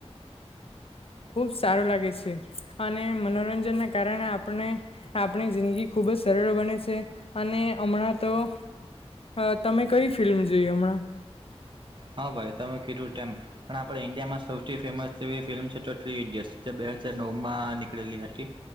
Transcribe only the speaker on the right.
<inaudible>
હા ભાઈ તમે કીધું પણ આપણે ઇન્ડિયામાં સૌથી ફેમસવી ફિલ્મ છે તો બે હજાર નવ માં નીકળેલી હતી